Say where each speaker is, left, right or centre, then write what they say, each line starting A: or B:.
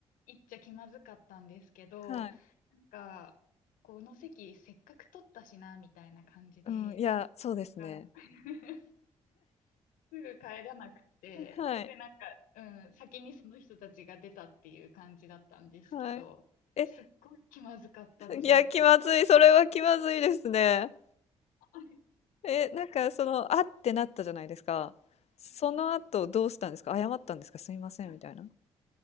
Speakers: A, on the left; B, on the left.
A: いっちゃ気まずかったんですけど、
B: はい。
A: なんか、この席せっかく取ったしな、みたいな感じで、
B: うん、いや、そうですね。
A: あ <laughs> すぐ帰らなくて、
B: <laughs> はい、
A: で、なんか、うん、先にその人たちが出たっていう感じだったんですけど、
B: はい。え、
A: すっごい気まずかったですね。
B: いや、気まずい、それは気まずいですね。
A: <laughs> はい。
B: え、なんかその、あってなったじゃないですか。その後どうしたんですか謝ったんですかすみません、
A: はいいや
B: みたいな。